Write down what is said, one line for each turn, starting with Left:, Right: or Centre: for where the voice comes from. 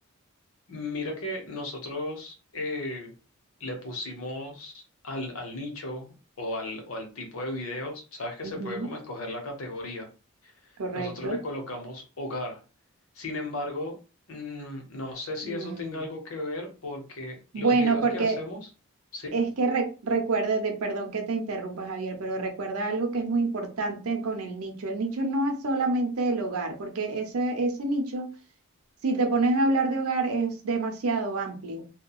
Left: Mira que nosotros eh, le pusimos al, al nicho o al, o al tipo de videos, sabes que
Right: Ujú,
Left: se puede como escoger la categoría.
Right: correcto.
Left: Nosotros le colocamos hogar. Sin embargo, mm, no sé si
Right: Mm,
Left: eso tenga algo que ver porque
Right: Bueno,
Left: los videos
Right: porque
Left: que hacemos, sí,
Right: es que re- recuerde, de, perdón que te interrumpa, Javier, pero recuerda algo que es muy importante con el nicho. El nicho no es solamente el hogar, porque ese, ese nicho Si te pones a hablar de hogar es demasiado amplio